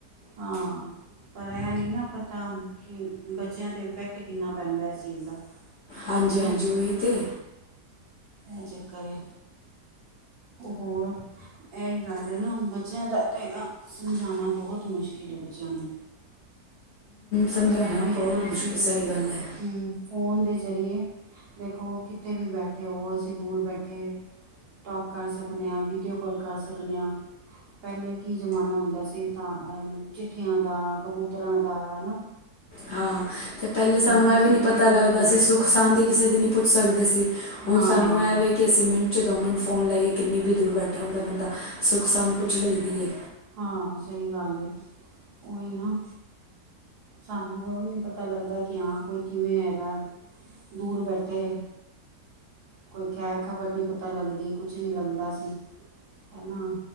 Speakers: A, on the right; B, on the left.
A: ਹਾਂ। ਪਰ, ਐ ਨਹੀਂ ਨਾ ਪਤਾ ਕਿ ਬੱਚਿਆਂ 'ਤੇ ਇੰਪੈਕਟ ਕਿੰਨਾ ਪੈਂਦਾ ਇਸ ਚੀਜ਼ ਦਾ।
B: ਹਾਂਜੀ-ਹਾਂਜੀ,
A: ਹੈ
B: ਓਹੀ ਤੇ।
A: ਐ ਚੱਕਰ ਏ। ਹੋਰ ਐਈ ਸਾਡੇ ਨਾ, ਬੱਚਿਆਂ ਦਾ ਐ ਏ ਨਾ, ਸਮਝਾਣਾ ਬਹੁਤ ਮੁਸ਼ਕਿਲ ਹੈ ਬੱਚਿਆਂ ਨੂੰ। ਪਰ
B: ਸਮਝਾਉਣਾ
A: ਇਹ ਵੀ ਏ
B: ਬਹੁਤ
A: ਨਾ ਅਸੀਂ
B: ਮੁਸ਼ਕਿਲ ਸਹੀ ਗੱਲ ਹੈ
A: ਹੂ ਫ਼ੋਨ ਦੇ ਜ਼ਰੀਏ, ਦੇਖੋ ਕਿਤੇ ਵੀ ਬੈਠੇ ਹੋਵੋ, ਅਸੀਂ ਦੂਰ ਬੈਠੇ ਟੋਕ ਕਰ ਸਕਦੇ ਆਂ, ਵੀਡੀਓ ਕੋਾਲ ਕਰ ਸਕਦੇ ਆਂ। ਪਹਿਲੇ ਕੀ ਜ਼ਮਾਨਾ ਹੁੰਦਾ ਸੀ ਤਾਂ ਚਿੱਠੀਆਂ ਦਾ, ਕਬੂਤਰਾਂ ਦਾ ਹੈਨਾਂ।
B: ਹਾਂ, ਤੇ ਪਹਿਲੇ ਸਾਨੂੰ
A: ਫੈਸਿਲਿਟੀ
B: ਇਹ ਵੀ ਨਹੀਂ ਪਤਾ
A: ਬਹੁਤ
B: ਲੱਗਦਾ
A: ਹੋ ਗਈ
B: ਸੀ ਸੁ ਖ-ਸਾਂਦ ਹੀ ਕਿਸੇ ਦੀ ਨਹੀਂ ਪੁੱਛ ਸਕਦੇ ਸੀ, ਹੁਣ
A: ਹਾਂ
B: ਸਾਨੂੰ ਐ ਵੇ ਕਿ ਅਸੀਂ ਮਿੰਟ 'ਚ ਦੋ ਮਿੰਟ ਫੋਨ ਲਾਈਏ, ਕਿੰਨੀ ਕੁ ਦੂਰ ਬੈਠਾ ਹੁੰਦਾ ਬੰਦਾ, ਸੁੱਖ ਸਾਂਦ ਪੁੱਛ ਲਈਦੀ ਏ।
A: ਹਾਂ, ਸਹੀ ਗੱਲ ਏ। ਓਹੀ ਨਾ ਸਾਨੂੰ ਓਹ ਵੀ ਨਹੀਂ ਪਤਾ ਲੱਗਦਾ ਕਿ ਹਾਂ ਕੋਈ ਕਿਵੇਂ ਹੈਗੈ। ਦੂਰ ਬੈਠੇ। ਕੋਈ ਖੈਰ ਖ਼ਬਰ ਨੀ ਪਤਾ ਲੱਗਦੀ, ਕੁਛ ਨਹੀਂ ਲੱਗਦਾ ਸੀ, ਹੈਨਾ।